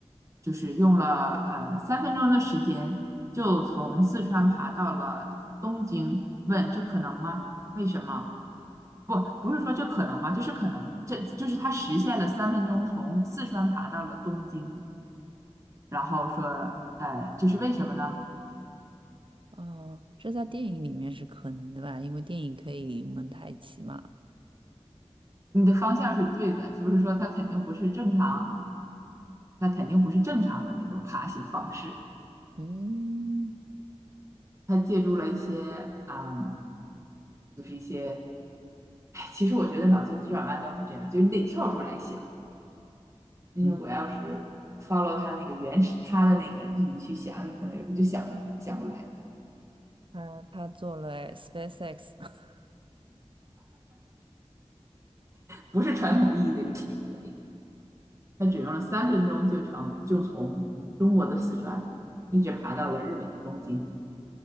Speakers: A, on the right (about 25°); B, on the right (about 50°).
A: 就是用了呃三分钟的时间，就从四川爬到了东京，问这可能吗？为什么？不，不是说这可能吗？这是可能，这就是他实现了三分钟从四川爬到了东京，然后说，呃，这是为什么呢？
B: 哦，这在电影里面是可能的吧？因为电影可以蒙太奇嘛。
A: 你的方向是对的，就是说他肯定不是正常，他肯定不是正常的那种爬行方式，
B: 嗯
A: 他借助了一些，嗯，就是一些，哎，其实我觉得脑筋急转弯都是这样，就是你得跳出来想，你如果要是
B: 嗯，
A: follow 他那个原始他的那个意义去想，你可能有时候就想不想不来，
B: 他他做了哎 SpaceX <laughs>
A: 不是传统意义的旅行可以。他只用了三分钟就成就从中国的四川一直爬到了日本的东京。